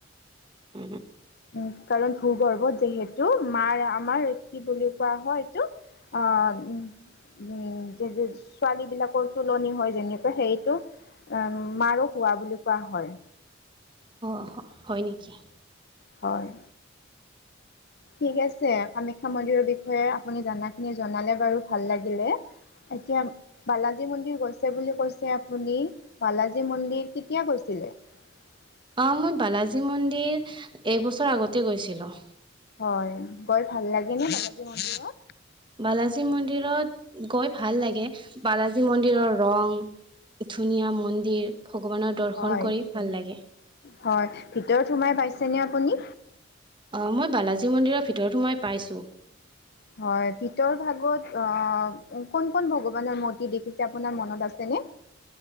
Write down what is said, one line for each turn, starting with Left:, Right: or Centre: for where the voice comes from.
Right: উ
Left: উম, কাৰণ ভূগৰ্ভত যিহেতু মাৰ আমাৰ কি বুলি কোৱা হয় এইটো অ উ- উম যে ছোৱালী বিলাকৰ তুলনি হয় যেনেকা সেইটো উম মাৰো হোৱা বুলি কোৱা হয়।
Right: অ হয় নেকি?
Left: হয় ঠিক আছে কামাখ্যা মন্দিৰৰ বিষয়ে আপুনি জানা খিনি জনালে বাৰু ভাল লাগিলে। এতিয়া বালাজী মন্দিৰ গৈছে বুলি কৈছে আপুনি বালাজী মন্দিৰ কেতিয়া গৈছিলে? উ <inaudible>
Right: অ মই বালাজী মন্দিৰ এইবছৰ আগতে গৈছিলো।
Left: হয় গৈ ভাল লাগে নে বালাজী মন্দিৰত?
Right: বালাজী মন্দিৰত গৈ ভাল লাগে, বালাজী মন্দিৰৰ ৰং ধুনীয়া মন্দিৰ, ভগৱানৰ দৰ্শন
Left: হয়,
Right: কৰি ভাল লাগে।
Left: হয় ভিতৰত সোমাই পাইছেনে আপুনি?
Right: অ মই বালাজী মন্দিৰৰ ভিতৰত সোমাই পাইছোঁ।
Left: হয় ভিতৰ ভাগত অ কোন-কোন ভগৱানৰ মূৰ্তি দেখিছে, আপোনাৰ মনত আছে নে